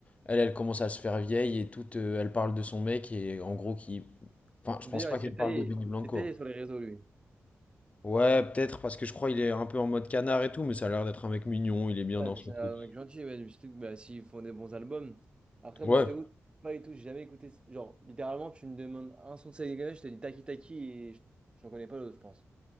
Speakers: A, on the left (about 25°); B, on the right (about 20°).
A: elle, elle commence à se faire vieille et tout. euh, elle parle de son mec et en gros, qui. Enfin, je
B: D'ailleurs,
A: pense pas
B: il s'est
A: qu'elle parle
B: taillé,
A: de Benny Blanco.
B: il s'est taillé sur les réseaux, lui.
A: Ouais, peut-être parce que je crois qu'il est un peu en mode canard et tout, mais ça a l'air d'être un mec mignon, il est bien
B: Ouais,
A: dans
B: mais
A: son
B: c'est
A: couple.
B: un mec gentil, ouais, surtout que bah, s'ils font des bons albums. Après,
A: Ouais.
B: moi, je t'avoue, pas et tout, j'ai jamais écouté. Genre, littéralement, tu me demandes un son de Selena Gomez, je te dis Taki Taki et je- j'en connais pas l'autre, je pense.